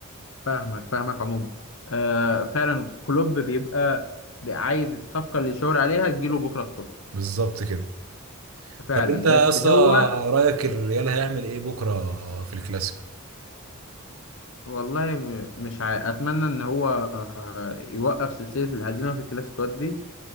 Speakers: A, on the left (about 65°); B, on the right (about 80°).
A: فاهمك فاهمك عموما آه فعلا كلوب بيبقى بيبقى عايز الصفقه اللي يشاور عليها تجيله بكره الصبح
B: بالظبط كده
A: فعلا
B: طب انت يا
A: بس
B: اسطى
A: هو
B: رايك الريال هيعمل ايه بكره في الكلاسيكو
A: والله م- مش عا... اتمنى ان هو آه، يوقف سلسله الهزيمه في الكلاسيكوات دي